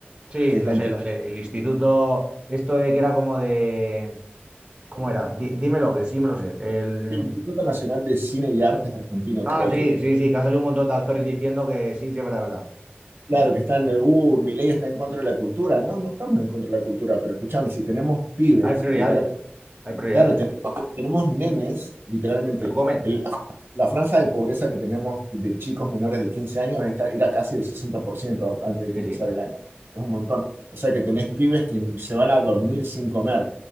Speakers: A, on the right; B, on the right.
A: Sí,
B: que
A: lo
B: es la entidad,
A: sé, lo sé. El instituto, esto de que era como de... ¿Cómo era? Di- dímelo, que sí me lo sé. El...
B: el Instituto Nacional de Cine y Artes Argentino,
A: Ah,
B: creo
A: sí,
B: que,
A: sí, sí, que han salido un montón de actores diciendo que sí, sí, es verdad, es verdad.
B: claro, que están, eh, uh, ley está en contra de la cultura. No, no estamos en contra de la cultura, pero escúchame, si tenemos pibes,
A: Hay prioridades,
B: literal,
A: hay prioridades.
B: claro, te- tenemos nenes, literalmente.
A: Que no comen.
B: la franja de pobreza que tenemos de chicos menores de 15 años era casi el 60% antes de que
A: Sí,
B: empezara
A: sí.
B: el año. Es un montón. O sea que tenés pibes que se van a dormir sin comer.